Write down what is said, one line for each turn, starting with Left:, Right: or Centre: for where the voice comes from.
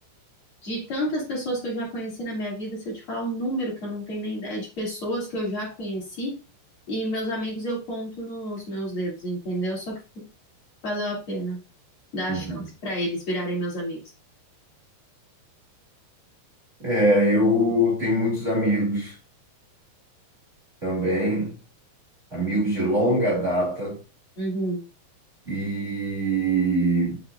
Left: De tantas pessoas que eu já conheci na minha vida, se eu te falar um número que eu não tenho nem ideia de pessoas que eu já conheci e meus amigos eu conto nos meus dedos, entendeu? Só que valeu a pena dar
Right: Uhum.
Left: a chance para eles virarem meus amigos.
Right: É, eu tenho muitos amigos também, amigos de longa data
Left: Uhum,
Right: e